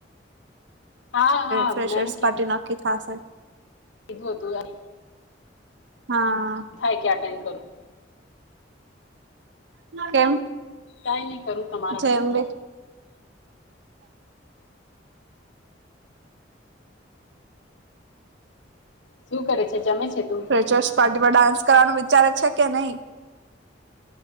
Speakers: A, on the left; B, on the right.
A: હા હા
B: ફસપટી
A: મેમ
B: નાકી થશે
A: કીધું હતું
B: હા
A: થાય કે એટેન્ડ કરું.
B: કેમ
A: કઈ નહી કરું તમારા
B: જેમ
A: માટે શું કરે છે જમે છે તું?
B: ચર્સ પાર્ટી માં ડાન્સ કરવાનું વિચારે છે. કે નહી